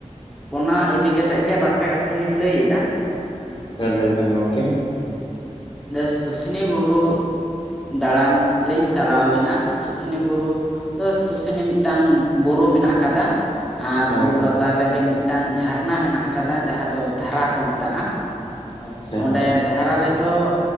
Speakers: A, in the centre; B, on the left.
A: ᱚᱱᱟ ᱤᱫᱤ ᱠᱟᱛᱮᱜ ᱜᱮ ᱵᱟᱨ ᱯᱮ ᱠᱟᱛᱷᱟ ᱞᱤᱧ ᱞᱟᱹᱭ ᱮᱫᱟ ᱾
B: ᱟᱪᱪᱷᱟ ᱞᱟᱹᱭ ᱵᱮᱱ ᱜᱚᱢᱠᱮ ᱾
A: ᱱᱮᱥ ᱥᱩᱥᱱᱤ ᱵᱩᱨᱩ ᱫᱟᱬᱟᱱ ᱞᱤᱧ ᱪᱟᱞᱟᱣ ᱞᱮᱱᱟ ᱾ ᱥᱩᱥᱩᱱᱤ ᱵᱩᱨᱩ ᱫᱚ ᱥᱩᱥᱱᱤ ᱢᱤᱫᱴᱟᱝ ᱵᱩᱨᱩ ᱢᱮᱱᱟᱜ ᱟᱠᱟᱫᱟ ᱟᱨ
B: ᱦᱳᱭ
A: ᱵᱩᱨᱩ ᱞᱟᱛᱟᱨ ᱞᱟᱛᱟᱨ ᱨᱮᱜᱮ ᱢᱤᱫᱴᱟᱝ ᱡᱷᱟᱨᱱᱟ ᱢᱮᱱᱟᱜ ᱟᱠᱟᱫᱟ ᱡᱟᱦᱟᱸ ᱫᱚ ᱫᱷᱟᱨᱟ ᱠᱚ ᱢᱮᱛᱟᱜᱼᱟ ᱾
B: ᱟᱪᱪᱷᱟ
A: ᱚᱸᱰᱮ ᱫᱷᱟᱨᱟ ᱨᱮᱫᱚ